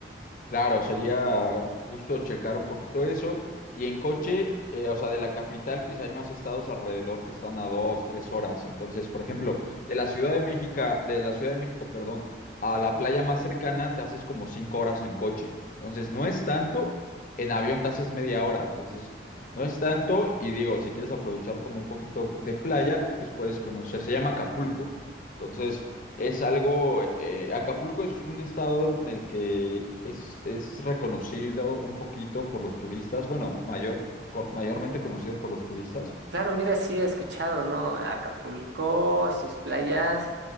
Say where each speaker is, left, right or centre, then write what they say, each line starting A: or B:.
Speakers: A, on the left; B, on the right.
A: Claro, sería justo checar un poquito eso. Y en coche, eh, o sea, de la capital, pues hay más estados alrededor que están a dos, tres horas. Entonces, por ejemplo, de la Ciudad de México, de la Ciudad de México, perdón, a la playa más cercana te haces como cinco horas en coche. Entonces, no es tanto. En avión te haces media hora. Entonces, no es tanto. Y digo, si quieres aprovechar como un poquito de playa, pues puedes conocer. Se llama Acapulco. Entonces, es algo, eh, Acapulco es un estado en el que es, es reconocido un poquito por los turistas, bueno, mayor, con- mayormente conocido por los turistas
B: Claro, mira, sí he escuchado, ¿no? Acapulco, sus playas